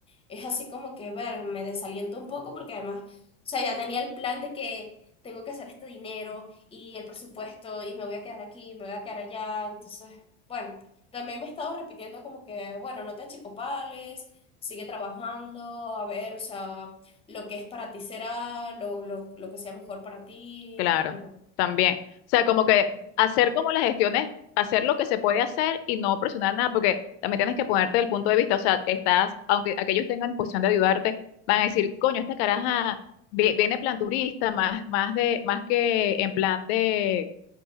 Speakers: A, on the left; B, on the left.
A: es así como que, ver, me desaliento un poco porque además, o sea, ya tenía el plan de que tengo que hacer este dinero y el presupuesto y me voy a quedar aquí, me voy a quedar allá, entonces, bueno. También me he estado repitiendo como que, bueno, no te achicopales, sigue trabajando, a ver, o sea, lo que es para ti será, lo, lo, lo que sea mejor para ti,
B: Claro,
A: y bueno.
B: también. O sea, como que hacer como las gestiones, hacer lo que se puede hacer y no presionar nada, porque también tienes que ponerte del punto de vista, o sea, estás, aunque aquellos tengan disposición de ayudarte, van a decir, coño, esta caraja vi- viene plan turista, más, más de, más que en plan de